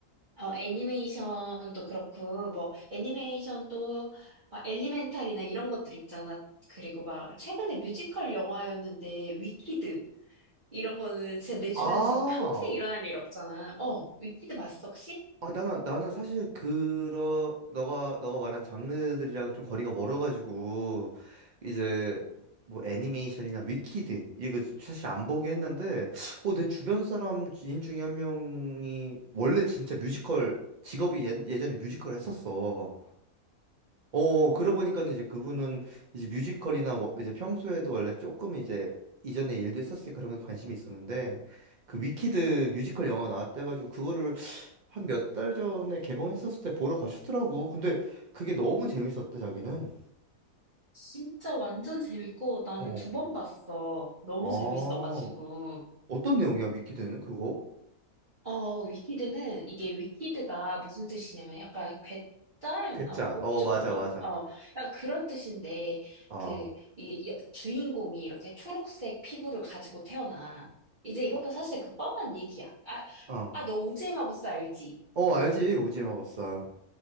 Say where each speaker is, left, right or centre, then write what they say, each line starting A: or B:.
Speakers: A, on the right; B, on the right.
A: 어, 애니메이션도 그렇고 뭐 애니메이션도 막 엘리멘탈이나 이런 것들 있잖아. 그리고 막 최근에 뮤지컬 영화였는데 위키드 이런 거는 진짜 내 주변에서
B: 아.
A: 평생 일어날 일 없잖아. 어, 위키드 봤어 혹시?
B: 아, 나는 나는 사실 그러 너가 너가 말한 장르들이랑 좀 거리가 멀어가지고 이제 뭐 애니메이션이나 위키드 이거 사실 안 보긴 했는데 어 내 주변 사람 지인 중에 한 명이 원래 진짜 뮤지컬 직업이 예, 예전에 뮤지컬을 했었어. 어 그러고 보니까는 이제 그분은 이제 뮤지컬이나 워- 이제 평소에도 원래 조금 이제 이전에 일도 했었으니까 그런 거에 관심이 있었는데 그 위키드 뮤지컬 영화 나왔다 해가지고 그거를 한 몇 달 전에 개봉했었을 때 보러 가셨더라고. 근데 그게 너무 재밌었대, 자기는.
A: 진짜 완전 재밌고 나는
B: 어,
A: 두 번 봤어. 너무
B: 어,
A: 재밌어가지고.
B: 어떤 내용이야, 위키드는 그거?
A: 어, 위키드는 이게 위키드가 무슨 뜻이냐면 약간 괴짜였나?
B: 괴짜.
A: 어,
B: 어,
A: 잠깐만.
B: 맞아, 맞아.
A: 어, 약간 그런 뜻인데
B: 아,
A: 그 이, 여- 주인공이 이렇게 초록색 피부를 가지고 태어나. 이제 이것도
B: 어.
A: 사실 그 뻔한 얘기야. 아,
B: 어,
A: 아, 너 오즈의 마법사 알지?
B: 어, 알지, 오징어 버사